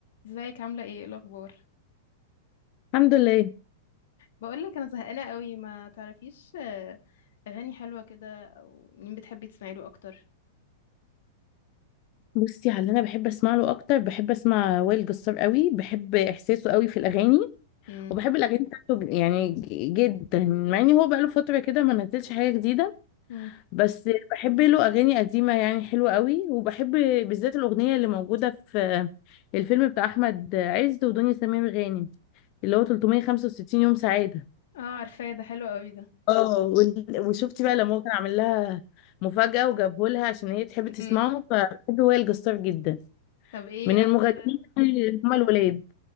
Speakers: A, on the left (about 55°); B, on the left (about 40°).
A: ازيك عاملة ايه ايه الأخبار
B: الحمد لله
A: بقولك أنا زهقانة قوي ما تعرفيش آه، أغاني حلوة كده أو مين بتحبي تسمعي له أكتر
B: بصي على اللي انا بحب اسمع له اكتر بحب اسمع وائل جسار قوي بحب احساسه قوي في الاغاني
A: مم.
B: وبحب الاغاني بتاعته ج- يعني ج- جدا مع ان هو بقاله فتره كده ما نزلش حاجه جديده
A: مم.
B: بس بحب له اغاني قديمه يعني حلوه قوي وبحب بالذات الاغنيه اللي موجوده في الفيلم بتاع احمد عز ودنيا سمير غانم اللي هو 365 يوم سعاده
A: اه عارفاه ده حلو قوي ده
B: اه وال-
A: مم.
B: وشفتي بقى لما هو كان عامل لها مفاجاه وجابه لها عشان هي تحب تسمعه
A: مم.
B: فبحب وائل جسار جدا
A: طب ايه
B: من المغنيين
A: أكتر
B: اللي هما الولاد